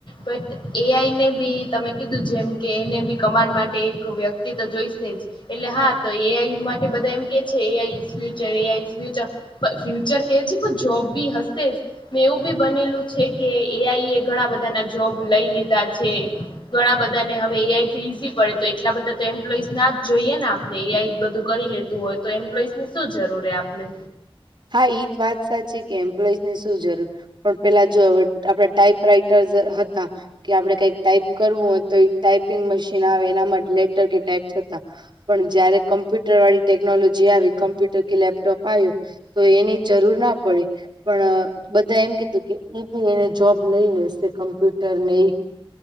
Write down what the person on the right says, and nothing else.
હા એ જ વાત સાચી છે. કે એમ્પ્લોઈઝ ની શું જરૂર પણ પેલા જો આપણા ટાઈપ રાઈટર્સ હતા. કે આપડે કઈક ટાઈપ કરવું હોય તો એક ટાઈપિંગ મશીન આવે એના માટે લેટર કે ટાઈપ થતા પણ જયારે કમ્પ્યુટર વાળી ટેકનોલોજી આવી કમ્પ્યુટર કે લેપટોપ આવ્યું. તો એની જરૂર ના પડી. પણ બધા એમ કીધું કે ઈ બી એને જોબ લઈ લેશે કમ્પ્યુટર ને એ.